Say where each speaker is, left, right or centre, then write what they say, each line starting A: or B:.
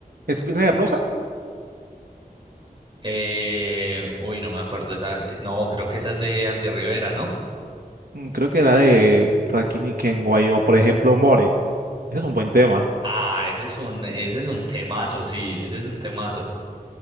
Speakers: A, on the right; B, on the right.
A: Espina de Rosas.
B: Eh, uy, no me acuerdo esa, no, creo que esa es de Andy Rivera, ¿no?
A: Mm, Creo que era de Rakini Kenway o, por ejemplo, More. Ese es un buen tema,
B: Ah, ese es un, ese es un temazo, sí, ese es un temazo.